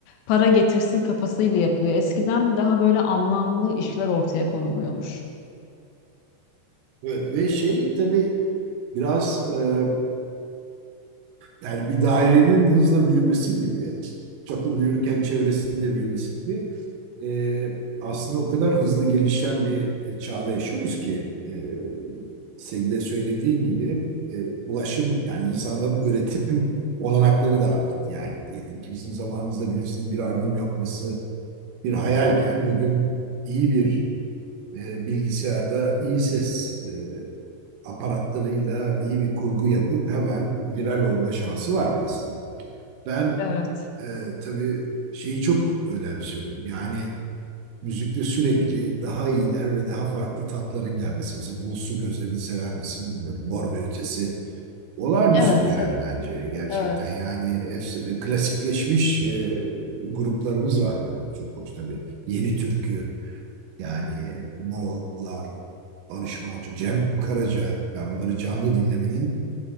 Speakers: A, on the left; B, on the right.
A: para getirsin kafasıyla yapılıyor. Eskiden daha böyle anlamlı işler ortaya konuluyormuş.
B: evet ve şey tabii biraz e, yani bir dairenin hızla büyümesi gibi çapı büyürken çevresinin de büyümesi gibi e, aslında o kadar hızlı gelişen bir çağda yaşıyoruz ki e, senin de söylediğin gibi e, ulaşım yani insanların üretim olanakları da arttı. Yani diyelim ki bizim zamanımızda birisinin bir albüm yapması bir hayalken bugün iyi bir e, bilgisayarda iyi ses e, aparatlarıyla iyi bir kurgu yapıp hemen viral olma şansı var birisinin. Ben
A: Evet.
B: e, tabii şeyi çok önemsiyorum. Yani müzikte sürekli daha iyiler ve daha farklı tatların gelmesi. Mesela Bulutsuz Gözlerini sever misin bilmiyorum. Mor ve Ötesi olağanüstü
A: Evet,
B: yani
A: tabii.
B: bence gerçekten.
A: Evet.
B: Yani efs- e, klasikleşmiş e, gruplarımız var böyle çok hoş tabii. Yeni türkü, yani Moğollar, Barış Manço, Cem Karaca ben bunları canlı dinlemenin